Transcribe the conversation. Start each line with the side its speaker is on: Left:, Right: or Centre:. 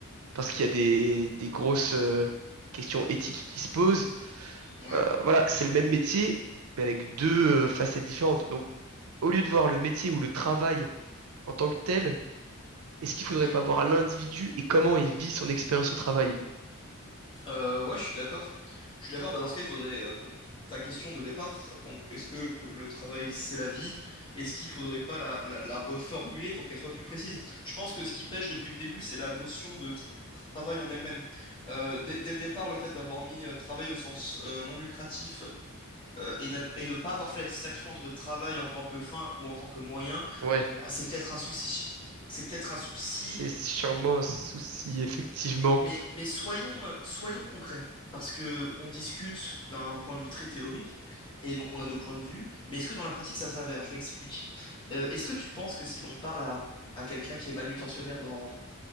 Right: parce qu'il y a des, des grosses euh, questions éthiques qui se posent.
Left: ouais.
Right: Euh, voilà, c'est le même métier, mais avec deux euh, facettes différentes. Donc, au lieu de voir le métier ou le travail en tant que tel, est-ce qu'il faudrait
Left: mhm.
Right: pas voir l'individu et comment il vit son expérience au travail?
Left: Euh, ouais, je suis d'accord. Je suis d'accord. Bah, dans ce cas, il faudrait euh, ta question de départ. Donc, est-ce que le travail, c'est la vie? Est-ce qu'il faudrait pas la, la- la reformuler pour qu'elle soit plus précise? Je pense que ce qui pêche depuis le début, c'est la notion de tra- travail en elle-même. Euh, dès, dès le départ, le fait d'avoir mis euh, travail au sens euh, non lucratif euh, et, n'a- et ne pas avoir fait la distinction entre travail en tant que fin ou en tant que moyen,
Right: Ouais.
Left: euh, c'est peut-être un souci. C'est peut-être un souci
Right: C'est sûrement un souci, effectivement.
Left: mais, mais soyons, euh, soyons concrets, parce que on discute d'un point de vue très théorique, et donc on a nos points de vue, mais est-ce que dans la pratique ça s'avère? Je m'explique. Euh, est-ce que tu penses que si l'on parle à, à quelqu'un qui est manutentionnaire dans,